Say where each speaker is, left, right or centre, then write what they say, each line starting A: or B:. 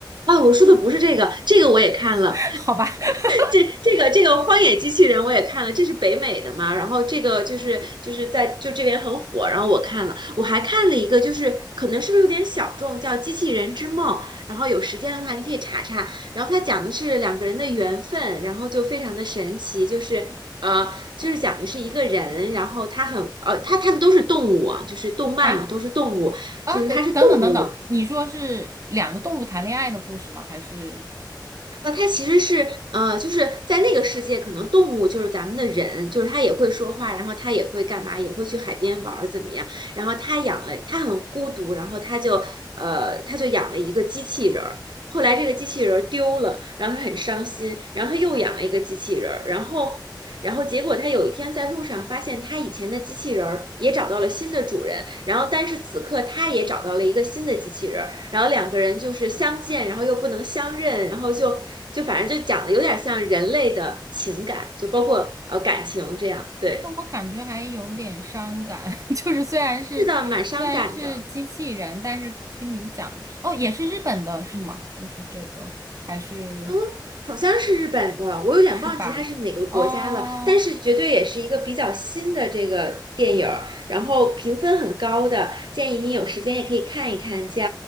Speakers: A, on the right; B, on the right.
A: 啊，我说的不是这个，这个我也看了。
B: <laughs> 好吧。<laughs>
A: 这这个这个《荒野机器人》我也看了，这是北美的嘛，然后这个就是就是在就这边很火，然后我看了，我还看了一个，就是可能是不是有点小众，叫《机器人之梦》，然后有时间的话你可以查查，然后它讲的是两个人的缘分，然后就非常的神奇，就是。呃，就是讲的是一个人，然后他很呃，他他们都是动物啊，就是动漫嘛，
B: 啊。
A: 都是动物，
B: 啊，
A: 就是他是动物，
B: 等等等等等，你说是两个动物谈恋爱的故事吗？还是？
A: 呃，它其实是呃，就是在那个世界，可能动物就是咱们的人，就是它也会说话，然后它也会干嘛，也会去海边玩儿怎么样？然后他养了，他很孤独，然后他就呃，他就养了一个机器人儿。后来这个机器人儿丢了，然后他很伤心，然后他又养了一个机器人儿，然后然后结果他有一天在路上发现他以前的机器人儿也找到了新的主人，然后但是此刻他也找到了一个新的机器人。然后两个人就是相见，然后又不能相认，然后就就反正就讲的有点像人类的情感，就包括呃感情这样。对，
B: 那我感觉还有点伤感，<laughs> 就是虽然是虽然是机器人，
A: 是的，蛮伤感的。
B: 但是听你讲，哦，也是日本的是吗？就是这个，还是
A: 嗯，好像是日本的，我有点忘记它是哪个国家了，
B: 是吧？哦
A: 但是绝对也是一个比较新的这个电影儿，然后评分很高的，建议你有时间也可以看一看，叫